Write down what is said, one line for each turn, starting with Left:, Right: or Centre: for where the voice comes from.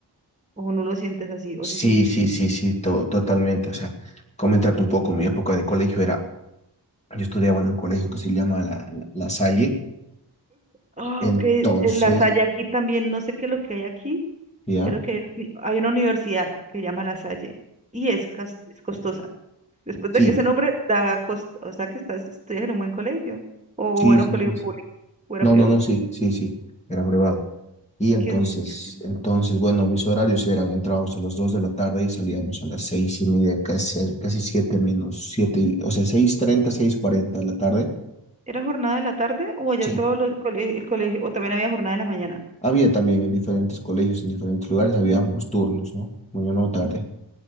Right: O no lo sientes así, o
Left: Sí,
Right: si sientes
Left: sí,
Right: que
Left: sí, sí, to- totalmente. O sea, comentarte un poco, mi época de colegio era, yo estudiaba en un colegio que se llama La, La Salle,
Right: Ah,
Left: entonces,
Right: ok. en La Salle aquí también, no sé qué es lo que hay aquí.
Left: ¿ya?
Right: Creo que hay una uni- hay una universidad que se llama La Salle y es, cas- es costosa. Después
Left: Sí,
Right: de que ese nombre da costo, o sea que estás, estudias en un buen colegio o
Left: sí,
Right: era
Left: sí,
Right: un colegio
Left: sí,
Right: público
Left: sí.
Right: o era
Left: No,
Right: privado,
Left: no, no, sí, sí, sí, era privado. Y entonces,
Right: que es muy diferente.
Left: entonces, bueno, mis horarios eran, entrábamos a las 2 de la tarde y salíamos a las seis y media, casi, casi 7 menos siete o sea, seis treinta seis cuarenta de la tarde.
Right: ¿Era jornada de la tarde o allá
Left: Sí,
Right: todos los colegios, el colegio, o también había jornada de la mañana?
Left: Había también en diferentes colegios, en diferentes lugares, había ambos turnos, ¿no? Mañana o tarde.